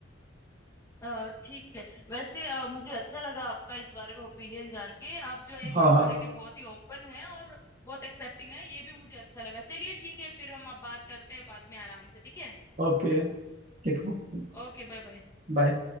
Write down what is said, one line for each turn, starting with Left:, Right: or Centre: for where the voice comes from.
Left: अ, ठीक है वैसे अ, मुझे अच्छा लगा आपका इस बारे में ओपिनियन जान के आप जो है इस
Right: हाँ
Left: चीज
Right: हाँ
Left: को लेके बहुत ही ओपन है और बहुत एक्सेप्टिंग है ये भी मुझे अच्छा लगा चलिए ठीक है फिर हम अब बात करते हैं बाद में आराम से ठीक है
Right: ओके ठीक है
Left: Okay bye bye
Right: बाय